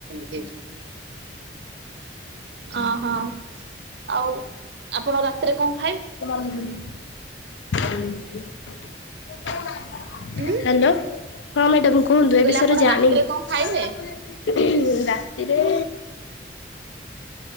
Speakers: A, on the right; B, on the left.
A: <inaudible> ଅହଁ ଆଉ ଆପଣ ରାତିରେ କଣ ଖା?
B: <inaudible> ହ୍ୟାଲୋ
A: ଉଁ।
B: ହଁ ମ୍ୟାଡାମ କୁହନ୍ତୁ
A: ମୁଁ
B: ଏବିଷୟରେ
A: କହିଲି ଆପଣ
B: ଜାଣିନି।
A: ରାତିରେ କଣ ଖାଇବେ?
B: <inaudible> ରାତିରେ